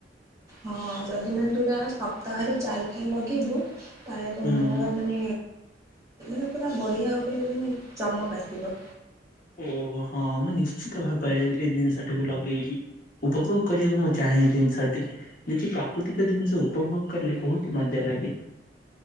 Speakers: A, on the right (about 20°); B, on the left (about 50°).
A: ହଁ ଯଦି ମାନେ ତୁ ଏଟା ସପ୍ତାହରେ ଚାରିଥର ଲଗେଇବୁ। ତାହାଲେ ତାେ ମୁହର
B: ହୁଁ
A: ମାନେ ମ ପୁରା ବଢ଼ିଆ ଗୋଟେ ମାନେ ଚମକ ଆସିବ।
B: ଓହୋ ହଁ ମୁଁ ନିଶ୍ଚିତ ଭାବରେ ଏ ଜିନିଷଟିକୁ ଲଗେଇବି। ଉପଭୋଗ କରିବାକୁ ମୁ ଚାହେଁ ଏଇ ଜିନୀସ ଟି। ଯେକି ପ୍ରାକୃତିକ ଜିନିଷ ଉପଭୋଗ କଲେ ବହୁତ ହି ମଜା ଲାଗେ।